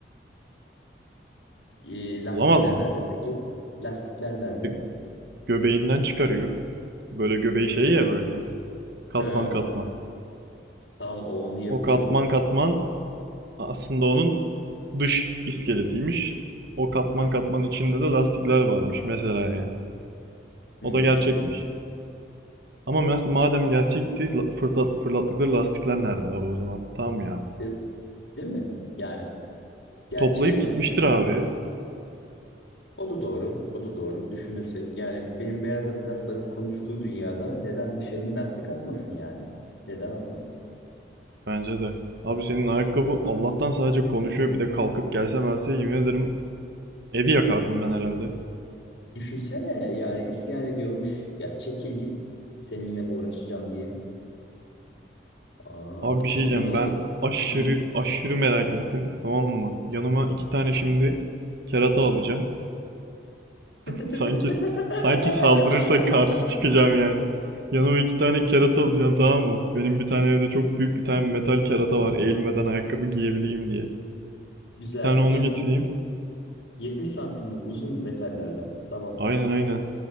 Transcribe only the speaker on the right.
Olamaz mı?
Gö- Göbeğinden çıkarıyor. Böyle göbeği şey ya böyle katman
katman.
O katman katman Aslında onun dış iskeletiymiş. O katman katman içinde de lastikler varmış mesela yani.
O da gerçekmiş. Ama mes- madem gerçekti la- fırlat- fırlattıkları lastikler nerede abi o zaman? Tamam ya.
Toplayıp
gitmiştir abi.
Bence de. Abi senin ayakkabı Allah'tan sadece konuşuyor bir de kalkıp gelse melse yemin ederim evi yakardım ben herhalde.
Abi bir
şey diyeceğim
ben aşırı
aşırı merak ettim tamam mı? Yanıma iki tane şimdi kerata alacağım.
Sanki sanki saldırırsak karşı çıkacağım yani. Yanıma iki tane kerata alacağım tamam mı? Benim bir tane evde çok büyük bir tane metal kerata var. Eğilmeden ayakkabı giyebileyim diye.
Bir tane onu
getireyim.
Aynen aynen.